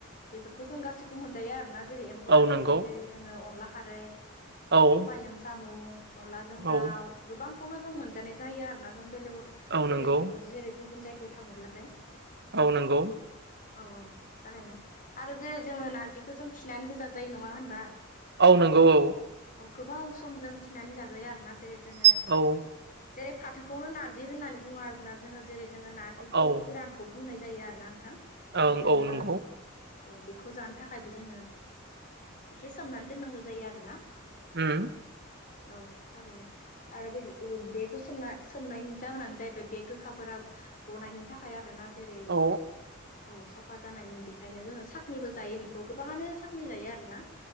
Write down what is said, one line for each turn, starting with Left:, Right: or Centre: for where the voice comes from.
Left: बेफोरखौ जों गासैखौबो मोनजायो आरोना जेरै एम्फौ
Right: औ
Left: लाथाजों
Right: नंगौ
Left: जेरै जोङो अनला खारै।
Right: औ
Left: सबायाइजों सामु। अनलाजों
Right: औ
Left: दाउ गोबांखौनो जों मोनजानाय जायो आरो ना जों बेलेगथ
Right: औ
Left: बेलेग
Right: नंगौ
Left: जेरै गुबुन जायगायाव थाङोब्लाथाय
Right: औ नोंगौ।
Left: औ औ थारैनो। आरो जेरै जोङो नारजिखौ जों थिनानैबो जाजायो नङा होनबा।
Right: औ नंगौ औ
Left: औ गोबाव सम जों थिनानै जाजायो आरोना जेरै जोङो
Right: औ
Left: जेरै फाथोखौनो नार्जि होननानै बुङो आरोना जोङो जेरै जोङो नारजिखौ
Right: औ
Left: गोरानखौ खौ बुंनाय जायो आरोना आंथां जेरै
Right: ओं
Left: जोङो
Right: औ नंगौ
Left: औ बेखौ जानो थाखायबो जोङो एसे सोमनानै दोननांगौ जायो आरोना
Right: उम
Left: औ थारैनो आरो बे बेखौ सोमना सोमनायनि जाहोनानो जाहैबाय बे गोखाफोरा गनायनायनि थाखाय आरो ना जेरै
Right: औ
Left: औ साफा जानायनि बेखायनो जोङो साखनिबो जायो बेखौ गोबाङानो साखनि जायो आरो ना।